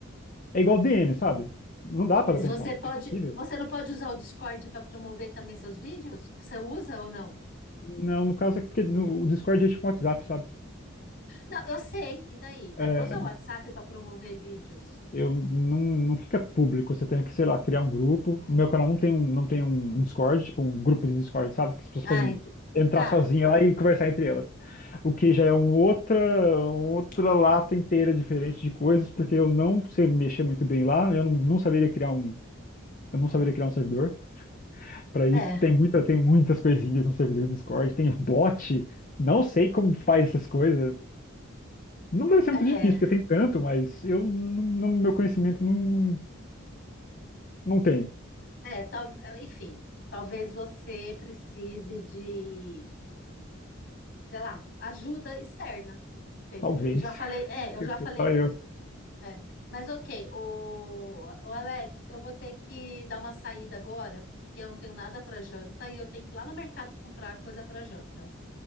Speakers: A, on the left (about 40°); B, on the left (about 60°).
A: É igual DM, sabe? Não dá
B: Mas
A: pra dar atenção.
B: você pode,
A: É impossível.
B: você não pode usar o Discord para promover também seus vídeos? Você usa ou não?
A: Não, no caso é porque no, o Discord é tipo um WhatsApp, sabe?
B: Não, eu sei. E daí? Dá
A: É,
B: para usar o WhatsApp para promover vídeos?
A: eu não, não fica público. Você tem que, sei lá, criar um grupo. No meu canal não tem um, não tem um um Discord, tipo um grupo de Discord, sabe? Que as pessoas
B: Ah,
A: podem
B: ent-
A: entrar
B: tá,
A: sozinha
B: tá.
A: lá e conversar entre elas. O que já é um outra, outra lata inteira diferente de coisas, porque eu não sei mexer muito bem lá. Eu não, não saberia criar um, eu não saberia criar um servidor. Para isso
B: É,
A: tem muita, tem muitas coisinhas no servidor do Discord. Tem bot. Não sei como faz essas coisas. Não deve ser
B: é,
A: muito difícil, porque tem tanto, mas eu, não, não- meu conhecimento não, não tenho.
B: é, tal- enfim, talvez você precise de, sei lá, ajuda externa. Tem-
A: Talvez.
B: Eu já falei, é, eu já falei
A: <laughs> Só
B: disso.
A: eu.
B: É. Mas ok, o, o Alex, eu vou ter que dar uma saída agora, porque eu não tenho nada para janta e eu tenho que ir lá no mercado comprar coisa para janta.